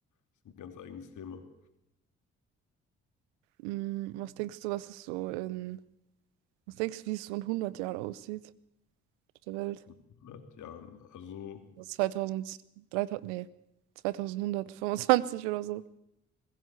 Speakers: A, on the left; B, on the right.
A: das ist ein ganz eigenes Thema.
B: Mm, was denkst du, was es so in, was denkst du, wie es so in 100 Jahren aussieht auf der Welt?
A: So in 100 Jahren. Also.
B: Also 2000, 3000, nee, 2125 oder so.